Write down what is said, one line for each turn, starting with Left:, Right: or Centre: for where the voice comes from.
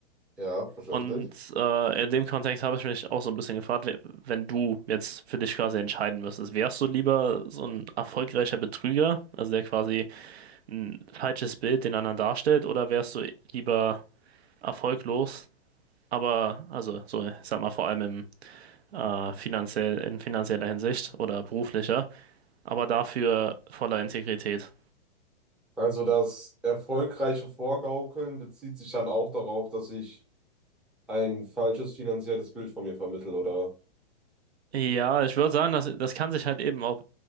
Centre: ja, verständlich.
Right: Und äh, in dem Kontext habe ich mich auch so ein bisschen gefragt, we- wenn du jetzt für dich quasi entscheiden müsstest, wärst du lieber so ein erfolgreicher Betrüger, also der quasi ein falsches Bild den anderen darstellt, oder wärst du lieber erfolglos, aber, also so, ich sag mal, vor allem im, äh, finanziell, in finanzieller Hinsicht oder beruflicher, aber dafür voller Integrität?
Centre: Also das erfolgreiche Vorgaukeln bezieht sich dann auch darauf, dass ich ein falsches finanzielles Bild von mir vermittle, oder?
Right: Ja, ich würde sagen, das, das kann sich halt eben auf